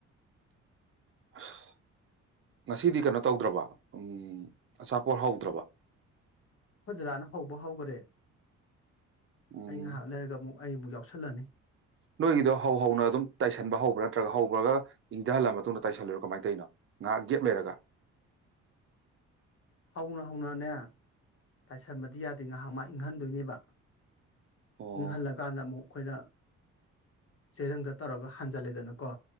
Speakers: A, on the right (about 45°); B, on the left (about 45°).
A: ꯑꯁ ꯉꯁꯤꯗꯤ ꯀꯩꯅꯣ ꯇꯧꯗ꯭ꯔꯕ ꯎꯝ ꯑꯆꯥꯄꯣꯠ ꯍꯧꯗ꯭ꯔꯕ
B: ꯑꯩꯈꯣꯏ ꯗꯗꯥꯅ ꯍꯧꯕ ꯍꯧꯈꯔꯦ
A: ꯎꯝ
B: ꯑꯩ ꯉꯥꯏꯍꯥꯛ ꯂꯩꯔꯒ ꯑꯃꯨꯛ ꯑꯩ ꯑꯃꯨꯛ ꯌꯥꯎꯁꯜꯂꯅꯤ
A: ꯅꯣꯏꯒꯤꯗꯣ ꯍꯧ ꯍꯧꯅ ꯑꯗꯨꯝ ꯇꯥꯏꯁꯟꯕ ꯍꯧꯕ꯭ꯔꯥ ꯅꯠꯇ꯭ꯔꯒ ꯍꯧꯕ꯭ꯔꯒ ꯏꯪꯊꯍꯜꯂ ꯃꯇꯨꯡꯗ ꯇꯥꯏꯁꯜꯂꯨꯔꯣ ꯀꯃꯥꯏꯅ ꯇꯔꯤꯅꯣ ꯉꯥꯏꯍꯥꯛ ꯒꯦꯞ ꯂꯩꯔꯒ
B: ꯍꯧꯅ ꯍꯧꯅꯅꯦ ꯇꯥꯏꯁꯟꯕꯗꯤ ꯌꯥꯗꯦ ꯉꯥꯏꯍꯥꯛ ꯃꯥ ꯏꯪꯍꯟꯗꯣꯏꯅꯦꯕ
A: ꯑꯣ
B: ꯏꯪꯍꯜꯂꯀꯥꯟꯗ ꯑꯃꯨꯛ ꯑꯩꯈꯣꯏꯅ ꯆꯦꯔꯪꯗ ꯇꯧꯔꯒ ꯍꯥꯟꯖꯜꯂꯦꯗꯅꯀꯣ